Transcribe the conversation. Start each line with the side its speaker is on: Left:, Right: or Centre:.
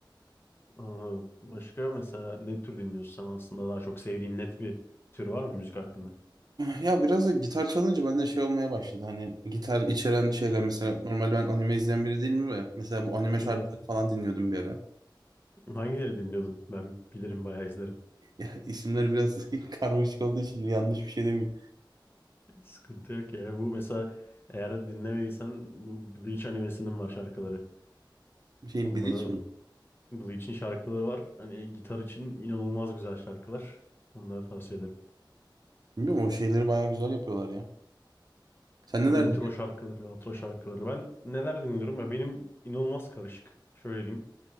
Left: Anladım. Başka mesela ne tür dinliyorsun sen aslında daha çok sevdiğin net bir tür var mı müzik hakkında?
Right: Ya biraz da gitar çalınca bende şey olmaya başladı. Hani gitar içeren şeyler mesela normal ben anime izleyen biri değilim ve mesela bu anime şarkıları
Left: Hı hı.
Right: falan dinliyordum bir ara. <laughs>
Left: Hangileri dinliyordun? Ben bilirim bayağı izlerim.
Right: Ya isimleri biraz <laughs> karmaşık olduğu için yanlış bir şey demeyeyim.
Left: Sıkıntı yok ya. Bu mesela eğer dinlemediysen bu Bleach animesinin var şarkıları.
Right: Bir şeyin
Left: Onlara
Right: Bleach mi?
Left: Bleach'in şarkıları var. Hani gitar için inanılmaz güzel şarkılar. Onları tavsiye ederim.
Right: Bilmiyorum o şeyleri bayağı güzel yapıyorlar ya. Sen neler
Left: Bu intro şarkıları, outro şarkıları. Ben neler dinliyorum ya benim inanılmaz karışık. Şöyle diyeyim.